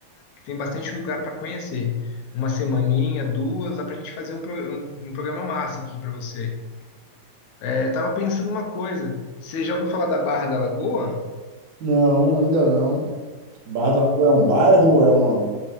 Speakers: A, on the left; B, on the right.
A: que tem bastante lugar para conhecer. Uma semaninha, duas, dá pra gente fazer um, pro- um um programa massa aqui para você. É, tava pensando uma coisa, você já ouviu falar da Barra da Lagoa?
B: Não, ainda não. Barra da Rua é um bairro, é uma,